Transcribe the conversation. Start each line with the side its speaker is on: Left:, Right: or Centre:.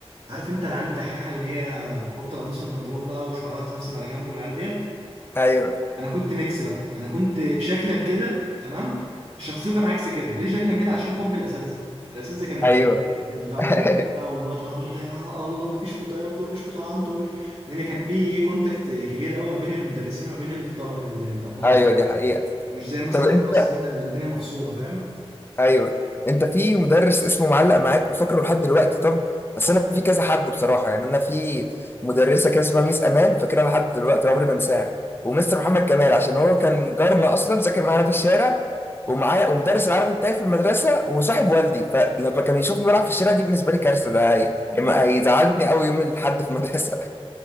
Right: عارف انت العيال الدحيحه اللي هي تحط القميص في البنطلون بقى وشعرها مسبسب على جنبه والعيال ديت
Left: ايوه
Right: انا كنت ميكس بقى انا كنت شكلا كده تمام شخصيا عكس كده ليه شكلا كده عشان حب الاساتذه الاساتذه كانوا يحبوني
Left: ايوه
Right: جدا بقى
Left: <laughs>
Right: ويقدروني بقى والواد حمر ده يا الله ما فيش في طيبته ما فيش في طعامته ما فيش لان كان في ايه كونتاكت كبير قوي ما بين المدرسين وما بين الطل... ال- الابهات
Left: ايوه دي حقيقه
Right: مش زي مثلا
Left: طب
Right: في
Left: انت
Right: مصر هنا الدنيا مفصوله فاهم
Left: ايوه انت في مدرس اسمه معلق معاك وفاكره لحد دلوقتي طب بس انا في كذا حد بصراحه يعني انا في مدرسه كده اسمها ميس امان فاكرها لحد دلوقتي عمري ما انساها ومستر محمد كمال عشان هو كان جارنا اصلا ساكن معانا في الشارع ومعايا ومدرس العربي بتاعي في المدرسه وصاحب والدي فلما كان يشوفني بلعب في الشارع دي بالنسبه لي كارثه ده هي-
Right: <laughs>
Left: هيزعلني قوي يوم الاحد في المدرسه